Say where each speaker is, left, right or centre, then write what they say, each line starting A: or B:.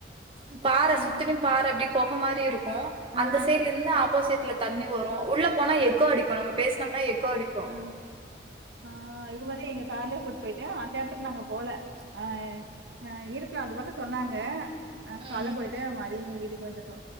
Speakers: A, on the right; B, on the right.
A: பாற
B: ஆ
A: சுத்தினு பாற அப்டி கொக மாரி இருக்கு
B: ஆ
A: அந்த சைட்லருந்து ஆப்போசிட்ல தண்ணி வரு உள்ள போனா எக்கோ அடிக்கு நம்ம பேசுனம்னா எக்கோ அடிக்கு
B: ஆ ஆ இவுங்கதா எங்க கார்லயே கூட் போய்ட்டு அந்த எடத்துக்கு நாங்க போல ஆ ஆ இருக்ல அந்த பக்கோ சொன்னாங்க அ
A: ம்
B: கால்ல போய்ட்டு மதியமே வீட்டுக்கு வந்துட்டோ